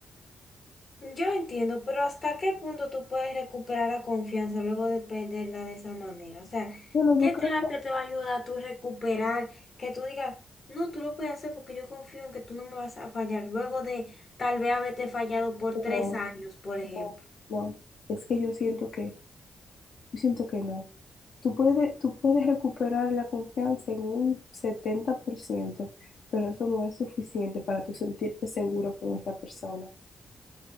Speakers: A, on the left; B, on the left.
A: Yo entiendo, pero ¿hasta qué punto tú puedes recuperar la confianza luego de perderla de esa manera? O sea,
B: Bueno,
A: ¿qué
B: yo creo
A: terapia
B: que
A: te va a ayudar a tú recuperar? Que tú digas, no, tú lo puedes hacer porque yo confío en que tú no me vas a fallar luego de tal vez haberte fallado por tres
B: no,
A: años, por ejemplo.
B: no, no. Es que yo siento que, yo siento que no. Tú puedes, tú puedes recuperar la confianza en un setenta por ciento pero eso no es suficiente para tú sentirte seguro con esa persona.